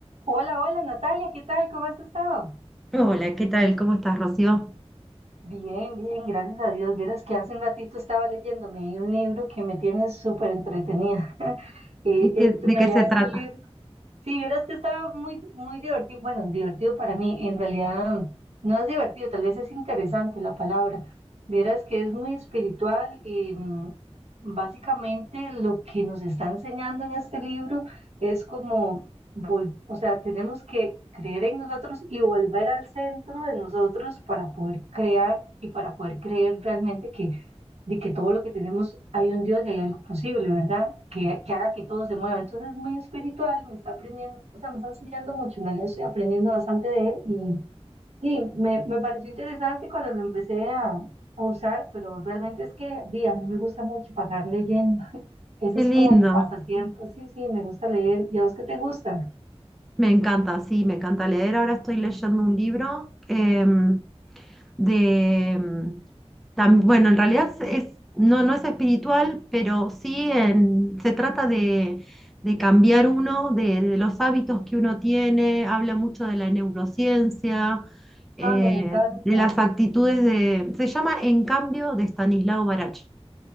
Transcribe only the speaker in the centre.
Hola, ¿qué tal? ¿Cómo estás, Rocío?
¿Y qué-
de
qué se
trata?
Qué
lindo.
Me encanta, sí, me encanta leer. Ahora estoy leyendo un libro em, de... em, tam- bueno, en realidad es, es- no, no es espiritual, pero sí en- se trata de, de cambiar uno, de, de los hábitos que uno tiene. Habla mucho de la neurociencia, eh,
de las actitudes de... Se llama En cambio de Stanislao Barach.